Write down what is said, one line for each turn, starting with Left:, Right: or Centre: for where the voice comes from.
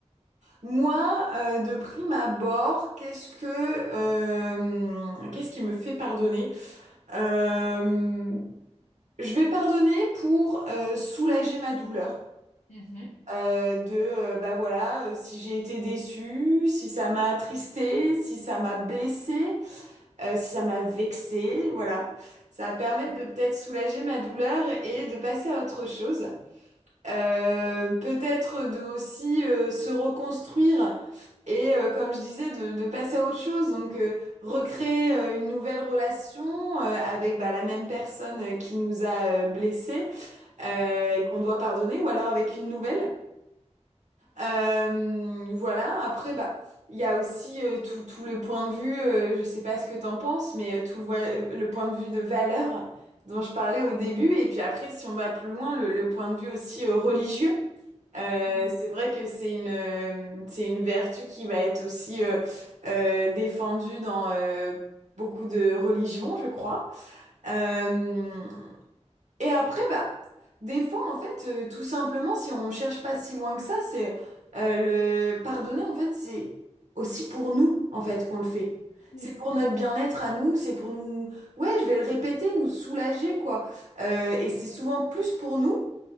Right: Moi, euh, de prime abord, qu'est-ce que, euh, qu'est-ce qui me fait pardonner? Euh, je vais pardonner pour, euh, soulager ma douleur
Left: mhm.
Right: euh, de euh, bah voilà euh, si j'ai été déçue, si ça m'a attristée, si ça m'a blessée, euh, si ça m'a vexée, voilà. Ça va permettre
Left: Tout à-
Right: de peut-être soulager ma douleur et de passer à autre chose. Euh, peut-être de aussi euh, se reconstruire et euh, comme je disais de, de passer à autre chose donc euh, recréer euh, une nouvelle relation euh, avec bah, la même personne euh, qui nous a euh, blessés euh,
Left: tout
Right: et
Left: à
Right: qu'on doit pardonner ou alors avec une nouvelle euh, voilà, après, bah, il y a aussi euh, tout, tout le point de vue, euh, je sais pas ce que t'en penses, mais euh, tout le, voi- euh, le point de vue de valeur dont je parlais au début, et puis après, si on va plus loin, le, le point de vue aussi euh, religieux. Euh,
Left: fait.
Right: c'est vrai que c'est une, euh, c'est une vertu qui va être aussi euh, euh, défendue dans euh, beaucoup de religions, je crois. Euh, et après, bah, des fois, en fait, euh, tout simplement, si on cherche pas si loin que ça, c'est euh, le pardonner, en fait, c'est aussi pour nous, en fait, qu'on le fait.
Left: Mm.
Right: C'est pour notre bien-être à nous, c'est pour nous, ouais, je vais le répéter, nous soulager, quoi. Euh, et c'est souvent plus pour nous